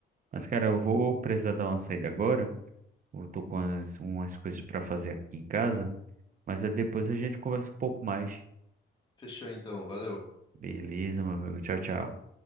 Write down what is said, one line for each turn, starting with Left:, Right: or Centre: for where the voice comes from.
Right: Mas, cara, eu vou precisar dar uma saída agora. Eu tô com umas, umas coisas para fazer aqui em casa, mas é depois a gente conversa um pouco mais.
Left: Fechou então, valeu.
Right: Beleza, meu amigo. Tchau, tchau.